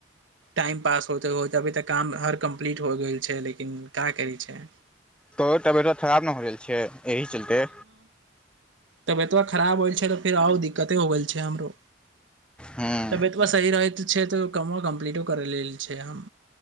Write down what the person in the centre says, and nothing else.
त तबियत खराब ने हो रहल छै एहि चलते
हूँ